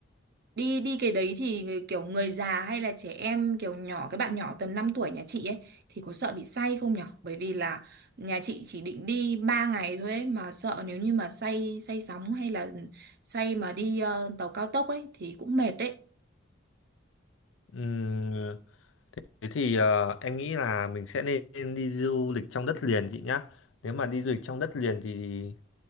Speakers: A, on the right (about 55°); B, on the left (about 80°).
A: đi đi cái đấy thì người, kiểu người già hay là trẻ em kiểu nhỏ cái bạn nhỏ tầm 5 tuổi nhà chị ấy thì có sợ bị say không nhở? Bởi vì là nhà chị chỉ định đi 3 ngày thôi ấy, mà sợ nếu như mà say say sóng hay là say mà đi ờ, tàu cao tốc ấy thì cũng mệt đấy.
B: Ừm, thế thì ờ, em nghĩ là mình sẽ nên đi du lịch trong đất liền chị nhá. Nếu mà đi du lịch trong đất liền thì